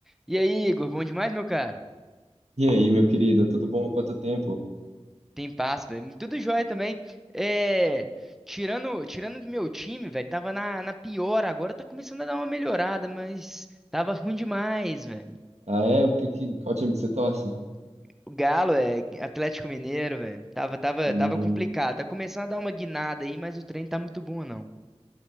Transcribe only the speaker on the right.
E aí, meu querido, tudo bom? Quanto tempo?
Ah, é? O que que, qual time que você torce?
Hum,